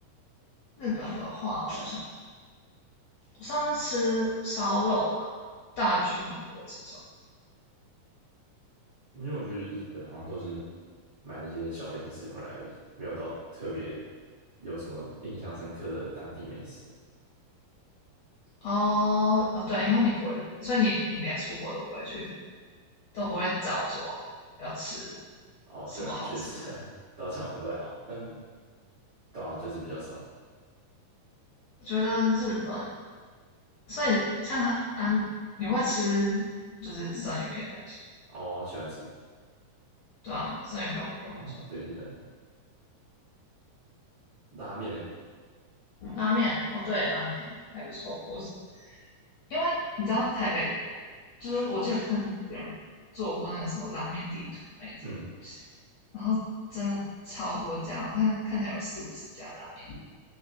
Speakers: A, on the left; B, on the right.
A: 日本的话，我想想，我上次吃烧肉吧，大家去好像都会吃烧肉。
B: 因为我去日本好像都是买那些小零食回来而已，没有到特别有什么印象深刻的当地美食。
A: 哦哦，对，因为你不会，所以你你连出国都不会去都不会找说要吃
B: 哦，
A: 什么好吃的。
B: 对啊，确实，<laughs> 对啊，这样好像不太好，但对啊，就是比较少。
A: 我觉得日本，所以像韩啊，你会吃就是生鱼片那些，
B: 哦，我喜欢吃。
A: 对啊，生鱼片我觉得很不错。
B: 哦，对，日本拉面呢？
A: 拉面，哦对，拉面还不错。我是因为你知道台北，就是我记得看别人做过那个什么拉面地图那种东西，
B: 嗯，
A: 然后真的超多家，看看起来有四五十家拉面，